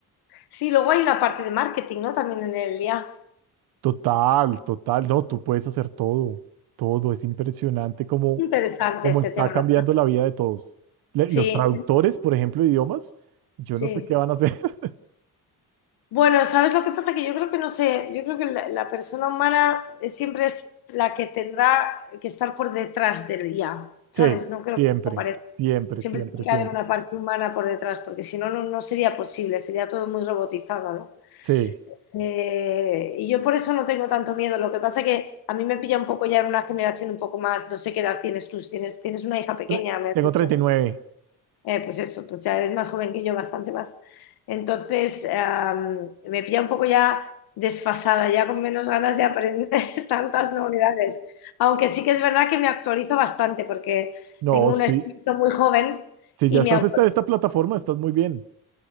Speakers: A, on the left (about 85°); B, on the right (about 80°).
A: Sí, luego hay una parte de marketing, ¿no? También en el IA.
B: Total, total, no, tú puedes hacer todo, todo, es impresionante cómo,
A: Interesante
B: cómo
A: ese
B: está
A: tema.
B: cambiando
A: la verdad.
B: la vida de todos. Le-
A: Sí,
B: los traductores, por ejemplo, de idiomas, yo
A: sí.
B: no sé qué van a hacer. <laughs>
A: Bueno, ¿sabes lo que pasa? Que yo creo que no sé, yo creo que la, la persona humana eh, siempre es la que tendrá que estar por detrás del IA,
B: Sí,
A: ¿sabes? No creo
B: siempre,
A: que desaparezca.
B: siempre,
A: Siempre
B: siempre,
A: tiene
B: siempre.
A: que haber una parte humana por detrás, porque si no, no, no sería posible, sería todo muy robotizado, ¿no?
B: Sí,
A: Eh, y yo por eso no tengo tanto miedo. Lo que pasa que a mí me pilla un poco ya en una generación un poco más, no sé qué edad tienes tú, si tienes, tienes una hija pequeña,
B: Tre-
A: me has
B: tengo
A: dicho,
B: treinta
A: ¿no?
B: y nueve.
A: Eh, pues eso, pues ya eres más joven que yo, bastante más. Entonces, am, me pilla un poco ya desfasada, ya con menos ganas de aprender <laughs> tantas novedades. Aunque sí que es verdad que me actualizo bastante porque
B: No,
A: tengo un
B: sí,
A: espíritu muy joven
B: si
A: y
B: ya estás
A: me, au-
B: en esta, esta plataforma, estás muy bien.